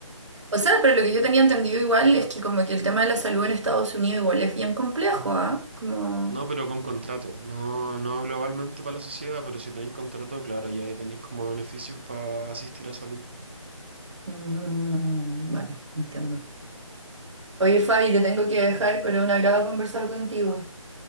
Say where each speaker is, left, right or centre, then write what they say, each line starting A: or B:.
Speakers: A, on the right; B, on the right.
A: O sea, pero lo que yo tenía entendido igual es que como que el tema de la salud en Estados Unidos igual es bien complejo, ¿ah? Como...
B: no, pero con contrato, no, no globalmente para la sociedad, pero si tenéis contrato, claro, ya ahí tenéis como beneficios para asistir a salud.
A: Mm, vale, entiendo. Oye, Fabi, te tengo que dejar, pero un agrado conversar contigo.